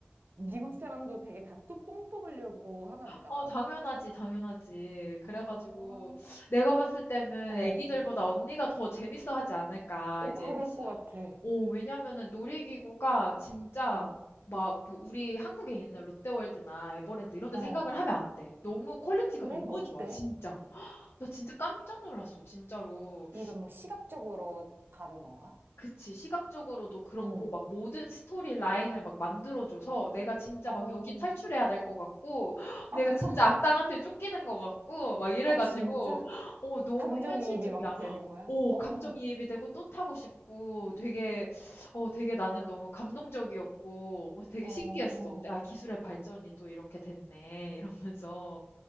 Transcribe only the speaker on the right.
미국 사람도 되게 다 뚜껑 뽑으려고 하나 보다.
아,
어.
어,
그럴 것 같아.
어,
어.
그래?
어때?
이런 뭐 시각적으로 다른 건가?
응.
어.
아,
아, 진짜?
감정이입이
막 되는 거야?
어,
어.